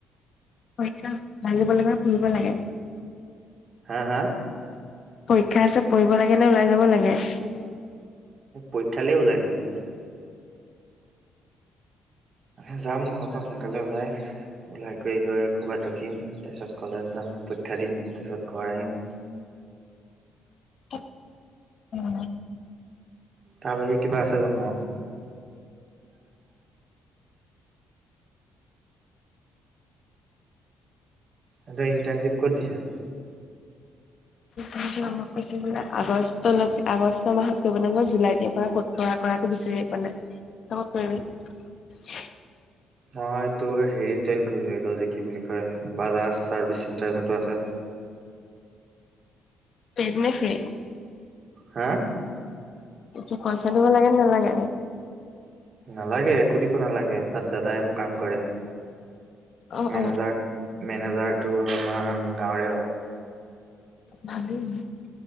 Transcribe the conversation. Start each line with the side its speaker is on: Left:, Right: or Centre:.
Left: পৰীক্ষা ভাল দিব লাগে নে ফুৰিব লাগে?
Right: হা হা
Left: পৰীক্ষা আছে পঢ়িব লাগে নে ওলাই যাব লাগে?
Right: পৰীক্ষা লৈ ওলাই যাম মানে যাম ঘৰৰ পৰা সোনকালে ওলাই ওলাই কৰি গৈ ক'ৰবাত ৰখিম তাৰপিছত কলেজ যাম পৰীক্ষা দিম তাৰপিছত ঘৰ আহিম।
Left: <unintelligible> উম,
Right: তাৰ বাহিৰে কিবা আছে জানো? এহঁতে ইণ্টাৰনছিপ ক'ত দিছে?
Left: <unintelligible> কৈছে বুলে আগষ্ট লৈ আগষ্ট মাহত কৰিব লাগিব মই জুলাইতে কৰা কতনো কৰা আক বিচাৰিয়ে মানে তই ক'ত কৰিব
Right: মই তোৰ হেৰি জইন কৰিব লাগিব যে কি বুলি কয় বাজাজ সাৰ্ভিস সেন্টাৰ জুনটো আছে
Left: <inaudible> পেইড মেফে।
Right: হা
Left: এ কি পইচা দিব লাগে নে নালাগে?
Right: নালাগে একো দিব নালাগে তাত দাদাই মো কাম কৰে
Left: অ
Right: মেনেজাৰ
Left: অ
Right: মেনেজাৰটো আমাৰ গাঁৱৰে হয়
Left: ভালেই ন?